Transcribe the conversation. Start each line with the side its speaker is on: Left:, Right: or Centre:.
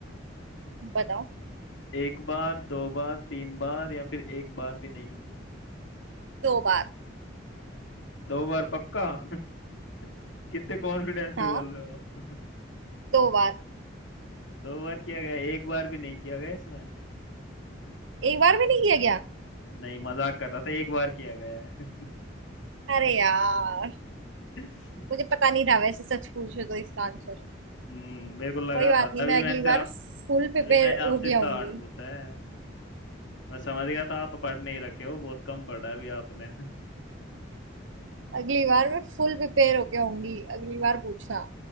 Right: बताओ
Left: एक बार दो बार तीन बार या फिर एक बार भी नहीं
Right: दो बार
Left: दो बार पक्का <laughs> कितने कॉन्फिडेंस से
Right: हाँ
Left: बोल रहे हो आप?
Right: दो बार
Left: <laughs> दो बार किया गया है, एक बार भी नहीं किया गया इसमें
Right: एक बार भी नहीं किया गया
Left: नहीं मजाक कर रहा था एक बार किया गया है
Right: अरे यार
Left: <laughs>
Right: मुझे पता नहीं था वैसे सच पूछो तो इसका आंसर
Left: हम्म मेरे को लगा
Right: कोई बात
Left: था तभी
Right: नहीं मैं
Left: मैंने
Right: अगली
Left: से
Right: बार
Left: आप
Right: फुल प्रिपेयर
Left: तभी मैंने आपसे
Right: हो गया
Left: इतना
Right: होंगी
Left: हार्ड पूछा है मैं समझ गया था आप पढ़ नहीं रखे हो बहुत कम पढ़ा है अभी आपने <laughs>
Right: अगली बार मैं फुल प्रिपेयर हो गया होंगी अगली बार पूछना